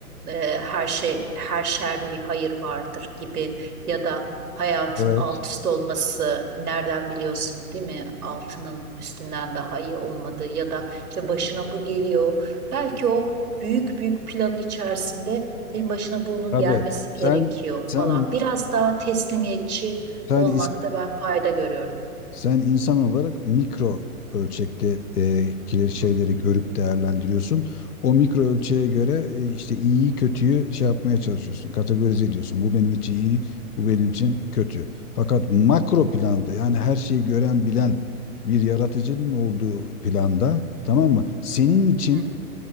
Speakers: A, on the right; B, on the left.
A: Ee, her şey her şerde bir hayır vardır gibi ya da hayatın
B: Evet.
A: alt üst olması nereden biliyorsun değil mi? Altının üstünden daha iyi olmadığı ya da işte başına bu geliyor. Belki o büyük büyük planın içerisinde en başına bunun
B: Abi
A: gelmesi gerekiyor
B: sen sen
A: falan. Biraz daha teslimiyetçi
B: sen
A: olmakta ben fayda görüyorum.
B: Sen insan olarak mikro ölçekte e, kileri- şeyleri
A: Hı hı,
B: görüp değerlendiriyorsun. O mikro ölçeğe göre e, işte iyiyi kötüyü şey yapmaya çalışıyorsun. Kategorize ediyorsun. Bu benim için iyi, bu benim için kötü. Fakat makro planda yani her şeyi gören bilen bir yaratıcının olduğu planda tamam mı? Senin için
A: hı hı,